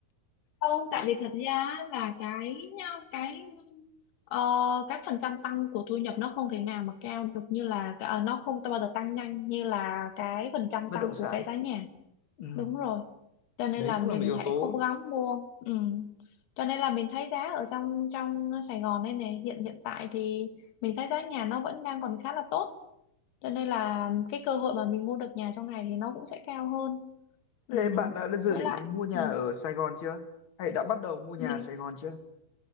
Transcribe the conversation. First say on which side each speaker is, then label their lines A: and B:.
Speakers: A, on the left; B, on the left.
A: Không, tại vì thật ra là cái cái ờ, cái phần trăm tăng của thu nhập nó không thể nào mà cao được như là ờ, nó không bao giờ tăng nhanh như là cái phần trăm
B: bất
A: tăng
B: động sản
A: của cái giá nhà.
B: ừ.
A: Đúng rồi. Cho nên
B: đấy
A: là
B: cũng
A: mình
B: là một yếu tố
A: hãy cố gắng mua. Ừ. Cho nên là mình thấy giá ở trong trong Sài Gòn đây này hiện hiện tại thì mình thấy giá nhà nó vẫn đang còn khá là tốt. Cho nên là cái cơ hội mà mình mua được nhà trong này thì nó cũng sẽ cao hơn. Ừ.
B: Ê, bạn đã dự
A: Với
B: định
A: lại
B: mua nhà
A: ừ.
B: ở Sài Gòn chưa? Hay đã bắt đầu mua nhà
A: mình
B: ở Sài Gòn chưa?